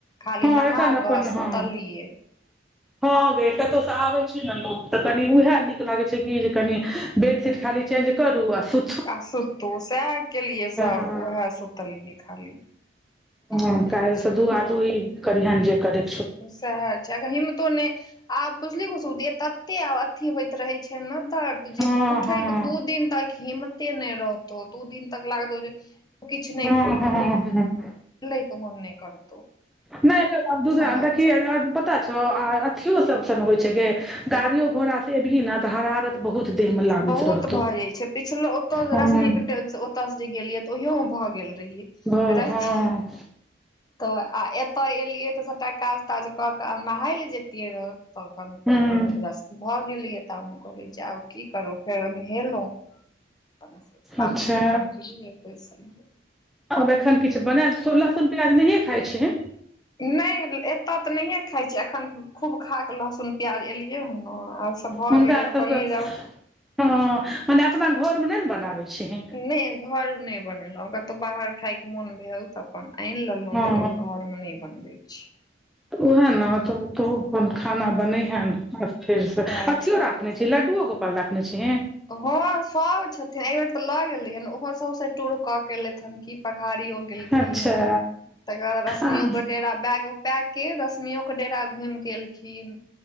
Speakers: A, on the left; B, in the centre.
A: खाली
B: हँ
A: नहा
B: एखन अपन
A: कऽ सुतललियै
B: हँ हँ गे कत्तो से आबे छी ने लोग तऽ कनी उएहा नीक लागे छै कि जे कनी बेडशीट खाली चेंज करू आ सु
A: आ सुतू सएह केलियै सभ
B: हँ
A: उएह सुतलियै खाली
B: ह
A: आब जे
B: काल
A: छै
B: स दू आदू ई करिहेन जे करय
A: सएह छै अगर हिमतो नहि आब बुझलि खुशबु दीदी तते आब अथी होइत रहै छै छै ने दर्द जे
B: हँ
A: उठैके
B: हँ
A: दू दिन तक हिम्मते नहि रहतौ, दू दिन तक लागतौ जे किछु नहि।
B: हँ हँ हँ
A: लऽ कऽ मन नहि करतौ।
B: नहि, दोसरा
A: ओएह
B: देखी,
A: छै
B: पता छै। अथियो सभसँ नहि होइत छै गे, गाड़ियो घोड़ासँ एबे ने तऽ हरारत। बहुत देह मे लागैत
A: बहुत
B: रहतौ
A: भऽ जाइत छै, पिछलो ओतऽ
B: हँ
A: रश्मिके डे दस जे गेलियै तऽ ओहियोमे भऽ गेल रहियै
B: हँ
A: राति।
B: हँ
A: तऽ आ एतऽ एलियै तऽ सभटा काज ताज कऽ कऽ आ नहाय लेल जतियै रहऽ। तखन
B: हूँ
A: भऽ गेलियै तऽ हम कहलहुँ, जाउ। की करू फेर, नहेलहुँ, अपन खाना खा-पिआ
B: अच्छा
A: कऽ बैसलहुँ।
B: आब एखन किछु बनायलहुँ? लहसुन प्याज नहि खाइत छी।
A: नहि, एतऽ तऽ नहिए खाइत छी। एखन खूब खा कऽ लहसुन प्याज एलियै ह ने आ। सभ भऽ
B: हुनका
A: गेलै
B: सबके
A: कहलियै जाब।
B: हँ मने अपना घर मे नहि ने बनाबै छै?
A: नहि, घर नहि बनेलहुँ। कतहु बाहर खायके मोन भेल तऽ अपन आनि लेलहुँ,
B: हँ
A: लेकिन घरमे नहि बनेबे छी।
B: तऽ उएहे ने, तू अपन खाना बनबऽ हँ? फेर से
A: सएह
B: अथियो
A: छै
B: राखने छऽ? लड्डू गोपाल राखने छीहि?
A: हँ, सभ छथिन। एहि बेर तऽ लऽ गेल रही ने, ओहो सभ टूर कऽ कऽ एलथि हन कि। पहाड़ियो गेलखिन,
B: अच्छा
A: तकर बाद रश्मिकेँ
B: आ
A: डेरा डेरा बैग पऽ कऽ रश्मिकेँ डेरा घुमि कऽ एलखिन।